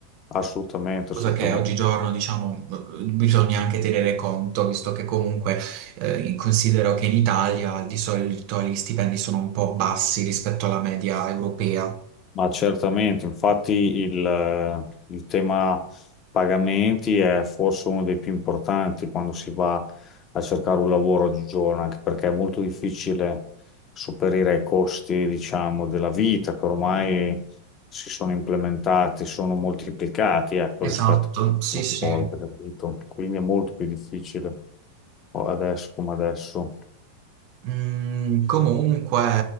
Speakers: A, on the left (about 30°); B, on the right (about 45°).
A: assolutamente,
B: Cosa
A: assolutamente.
B: che oggigiorno, diciamo, eh, bisogna anche tenere conto, visto che comunque eh, considero che in Italia di solito gli stipendi sono un po' bassi rispetto alla media europea.
A: Ma certamente, infatti il, eh, il tema pagamenti è forse uno dei più importanti quando si va a cercare un lavoro oggigiorno, anche perché è molto difficile superare i costi, diciamo, della vita che ormai si sono implementati, sono moltiplicati, ecco,
B: Esatto,
A: rispetto a
B: sì,
A: una
B: sì.
A: volta, capito? Quindi è molto più difficile o- adesso come adesso.
B: Mm, comunque,